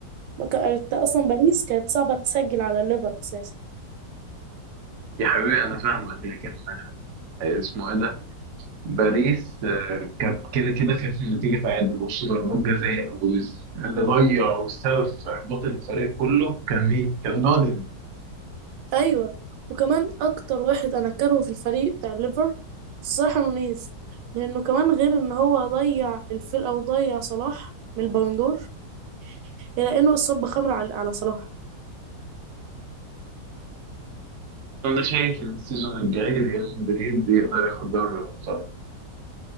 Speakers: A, on the right; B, on the right.
A: ما كان- اصلا باريس كانت صعبه تسجل على ليفر اساسا
B: يا حبيبي أنا فاهمك لكن آه، اسمه إيه ده باريس آه، كانت كده كده كانت النتيجه تعادل وش ضربات جزاء واللي ضيع والسبب في احباط الفريق كله كان مين؟ كان نادي
A: ايوه وكمان اكتر واحد انا كارهه في الفريق بتاع الليفر الصراحه نونيز لانه كمان غير ان هو ضيع الفرقه وضيع صلاح من البالندور الا انه اصاب بخمره على, على صلاح
B: انا شايف ان السيزون الجاي ريال مدريد يقدر ياخد دوري الابطال